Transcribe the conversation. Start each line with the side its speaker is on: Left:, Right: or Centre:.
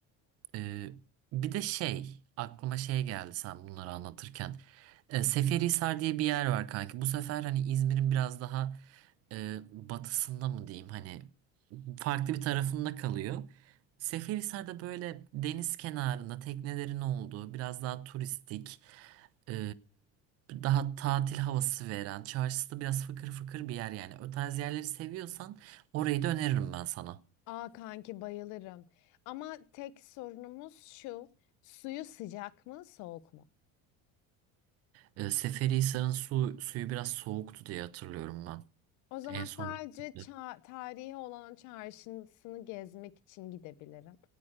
Right: Ee, bir de şey aklıma şey geldi sen bunları anlatırken. Ee, Seferihisar diye bir yer var kanki. Bu sefer hani İzmir'in biraz daha e, batısında mı diyeyim hani farklı bir tarafında kalıyor. Seferihisar'da böyle deniz kenarında teknelerin olduğu biraz daha turistik e, daha tatil havası veren çarşısı da biraz fıkır fıkır bir yer yani. O tarz yerleri seviyorsan orayı da öneririm ben sana.
Left: Aa kanki bayılırım. Ama tek sorunumuz şu. Suyu sıcak mı soğuk mu?
Right: E, Seferihisar'ın su, suyu biraz soğuktu diye hatırlıyorum ben.
Left: O zaman
Right: En son
Left: sadece
Right: gittiğimde.
Left: ça- tarihi olan o çarşısını gezmek için gidebilirim.